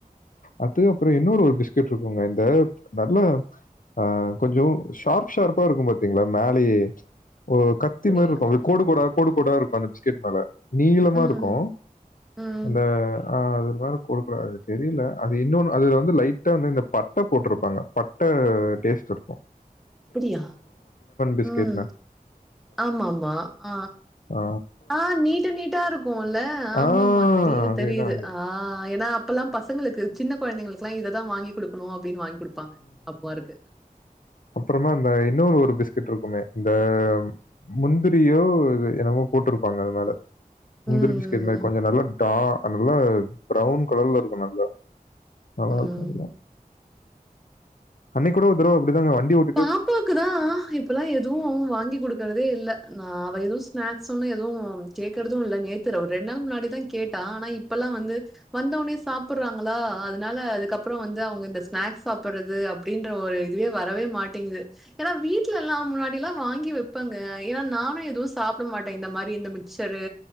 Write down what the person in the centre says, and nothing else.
அப்படியா?
ம்.
ம்.
அப்படியா
ம் ஆமாமா ஆ
ஆ நீட்டு நீட்டா இருக்குல்ல ஆமா
ஆமா தெரியுது
தெரியுது ஆ ஏன்னா இப்பெல்லா பசங்களுக்கு சின்ன கொழந்தைகளுக்குல்லா இததா வாங்கி குடுக்கணு அப்டின்னு வாங்குடுப்பாங்க ஏன்னா அப்ப இருக்கு
ம்,
ம், ம்.
பாப்பாக்குதா இப் இப்போல்லா எதுவு வாங்கி குடுக்குறதே இல்ல நா அவ எதுவு ஸ்நாக்ஸ்சுன்னு எதுவு கேக்குறது இல்ல நேத்து ஒரு ரெண்நாள் முன்னாடிதா கேட்டா ஆனா இப்பெல்லா வந்து வந்த ஒனே சாப்புறாங்களா அதனால அதுக்கப்பற வந்து அவங்க இந்த ஸ்நாக்ஸ் சாப்பறது அப் அப்படின்ற ஒரு இதுவே வரவே மாட்டேங்குது ஏன்னா வீட்லல்லா முன்னாடில்லா வாங்கி வைப்பாங்க ஏன்னா நானு எதுவு சாப்ட மாட்டே இந்த மாரி இந்த மிச் சரு